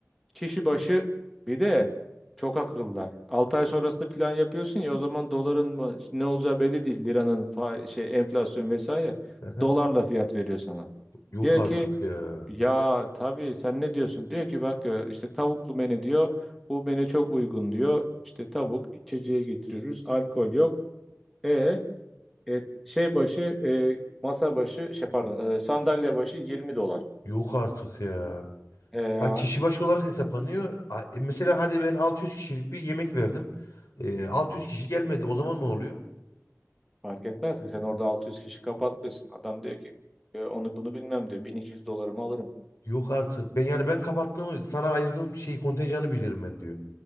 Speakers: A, in the centre; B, on the left.
A: kişi başı bir de çok akıllılar. 6 ay sonrasında plan yapıyorsun ya o zaman doların mı- ne olacağı belli değil. Liranın fa- şey enflasyon vesaire.
B: <laughs> Aha.
A: Dolarla fiyat veriyor sana.
B: Yok
A: Diyor
B: artık
A: ki
B: ya.
A: ya tabii sen ne diyorsun? Diyor ki bak diyor işte tavuklu menü diyor. Bu menü çok uygun diyor. İşte tavuk içeceği getiriyoruz. Alkol yok. E, e, şey başı e, masa başı şey pardon e, sandalye başı 20 dolar.
B: Yok artık ya.
A: E
B: Ha
A: ya
B: kişi başı olarak hesaplanıyor. A- e, Mesela hadi ben 600 kişilik bir yemek verdim. E, altı yüz kişi gelmedi. O zaman ne oluyor?
A: fark etmez ki sen orada 600 kişi kapatmışsın. Adam diyor ki e, onu bunu bilmem diyor 1200 dolarımı alırım.
B: Yok artık. Ben yani ben kapattığımı sana ayırdığım şey kontenjanı bilirim ben diyor.